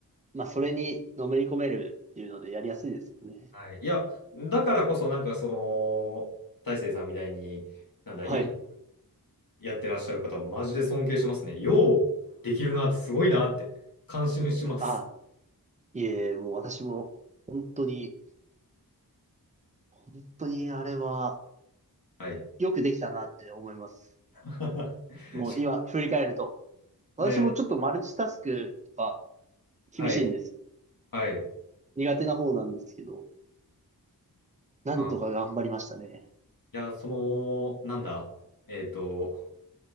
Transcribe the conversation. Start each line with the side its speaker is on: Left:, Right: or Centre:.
Right: まあ、それにのめり込めるっていうのでやりやすいですよね。
Left: はい。いや、だからこそ、なんかその、大成さんみたいに、なんだ、
Right: はい。
Left: 飲食やってらっしゃる方、マジで尊敬しますね。よう、できるなって、すごいなって、感心します。
Right: あいえ、もう私も本当に、本当にあれは
Left: はい。
Right: よくできたなって思います。
Left: <laughs>
Right: もう今振り返ると。
Left: しか
Right: 私もちょっとマルチタスクとか
Left: もね、
Right: 厳しいんですよ。
Left: はい、はい。
Right: 苦手な方なんですけど、なんとか頑張りましたね。
Left: あ、いや、その、なんだ、えっと、